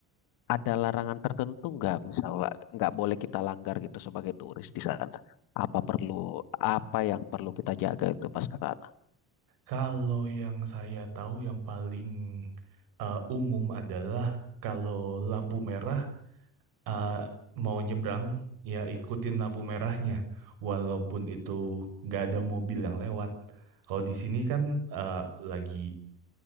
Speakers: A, on the left; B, on the right.
A: ada larangan tertentu nggak misalnya nggak boleh kita langgar gitu sebagai turis di sana? Apa perlu apa yang perlu kita jaga itu pas ke sana?
B: Kalau yang saya tahu yang paling eh, umum adalah kalau lampu merah eh, mau nyebrang ya ikutin lampu merahnya walaupun itu nggak ada mobil yang lewat. Kalau di sini kan eh, lagi